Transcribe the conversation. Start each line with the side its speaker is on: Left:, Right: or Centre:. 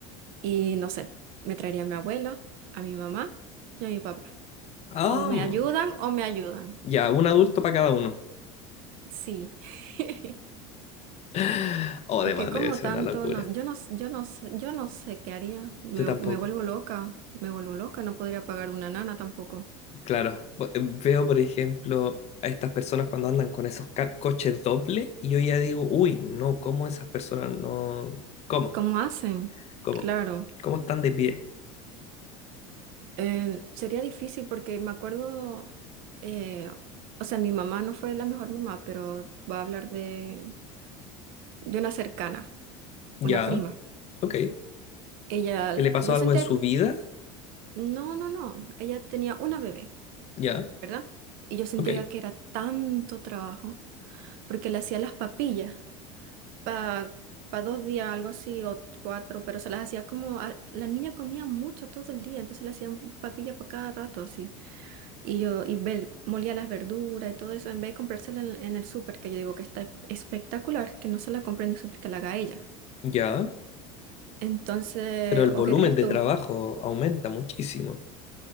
Right: Y no sé, me traería a mi abuela, a mi mamá y a mi papá.
Left: Ah,
Right: O me ayudan o me ayudan.
Left: ya, un adulto para cada uno.
Right: Sí, <laughs>
Left: <laughs> O
Right: porque
Left: además
Right: como
Left: debe ser
Right: tanto,
Left: una locura.
Right: no, yo no, s- yo no, s- yo no sé qué haría, me,
Left: Yo tampoco.
Right: me vuelvo loca, me vuelvo loca, no podría pagar una nana tampoco.
Left: Claro, bo- eh, veo por ejemplo a estas personas cuando andan con esos ca- coches dobles y yo ya digo, uy, no, ¿cómo esas personas no... ¿Cómo?
Right: ¿Cómo hacen?
Left: ¿Cómo?
Right: Claro,
Left: ¿Cómo están de pie?
Right: eh, sería difícil porque me acuerdo, eh, o sea, mi mamá no fue la mejor mamá, pero voy a hablar de, de una cercana,
Left: Ya,
Right: una prima.
Left: ok.
Right: Ella,
Left: ¿Que le pasó
Right: yo
Left: algo
Right: sentía,
Left: en su vida?
Right: no, no, no, ella tenía una bebé,
Left: Ya,
Right: ¿verdad? Y yo sentía
Left: ok.
Right: que era tanto trabajo porque le hacía las papillas. para dos días, algo así, o cuatro, pero se las hacía como, a- la niña comía mucho todo el día, entonces le hacían papilla para cada rato así. Y yo, y ve- molía las verduras y todo eso, en vez de comprársela en, en el súper, que yo digo que está espectacular, que no se la compre en el súper, que la haga ella.
Left: Ya,
Right: Entonces,
Left: pero el volumen
Right: ¿o qué crees
Left: de
Right: tú?
Left: trabajo aumenta muchísimo.